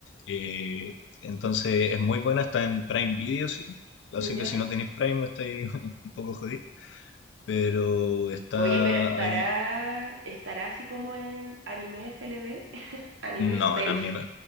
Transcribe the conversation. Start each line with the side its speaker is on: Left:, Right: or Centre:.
Left: Eh, entonces, es muy buena, está en Prime Video, sí. Así
Right: Ya.
Left: que si no tenéis Prime, estáis <laughs> un poco jodidos. Pero está
Right: Oye, pero estará,
Left: ahí.
Right: estará así como en Anime F L V, <laughs> Anime Space
Left: No, en anime.